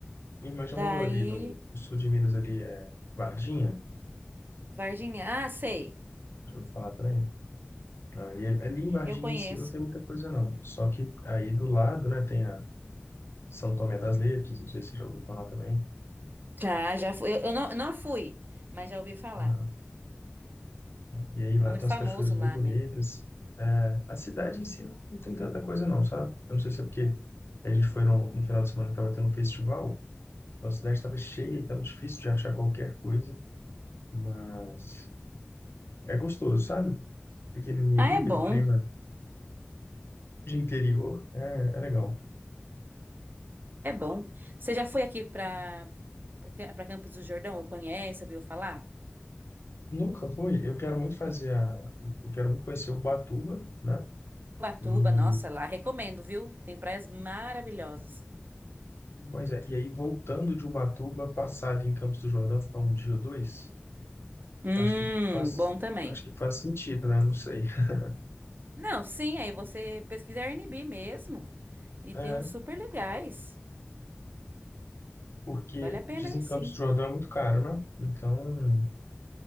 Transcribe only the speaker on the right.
Daí,
Varginha. Ah, sei,
eu conheço.
Já, já fui. Eu, eu não, não fui, mas já ouvi falar.
É
muito
famoso
lá,
né?
Ah,
é
bom.
É bom. Você já foi aqui para para Campos do Jordão? Ou conhece, ouviu falar?
Ubatuba,
nossa, lá recomendo, viu? Tem praias maravilhosas.
Hum,
bom também.
Não, sim, aí você pesquisa Airbnb mesmo e
tem uns super legais.
Vale a pena
aí
sim.